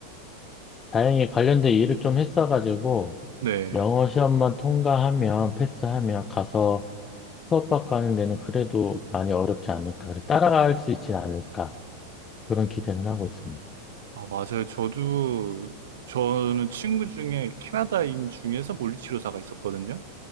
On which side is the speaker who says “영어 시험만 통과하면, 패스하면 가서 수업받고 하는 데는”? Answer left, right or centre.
Left